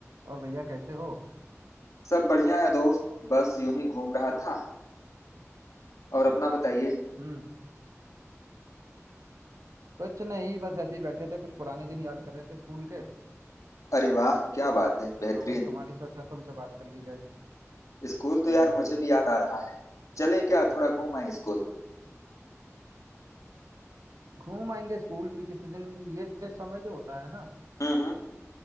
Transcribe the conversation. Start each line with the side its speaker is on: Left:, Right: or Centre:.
Right: और भैया कैसे हो
Left: सब बढ़िया है दोस्त बस यूं ही घूम रहा था और अपना बताइए
Right: हम्म कुछ नहीं बस ऐसे ही बैठे थे कुछ पुराने दिन याद कर रहे थे स्कूल के
Left: अरे वाह क्या बात है बेहतरीन
Right: तो वही तुम्हारी सोचा तुमसे बात कर ली जाए
Left: स्कूल
Right: हम्म
Left: तो यार मुझे भी याद आ रहा है चले क्या थोड़ा घूम आए स्कूल
Right: घूम आएंगे स्कूल भी किसी दिन ये ये समय जो होता है ना
Left: हम्म हम्म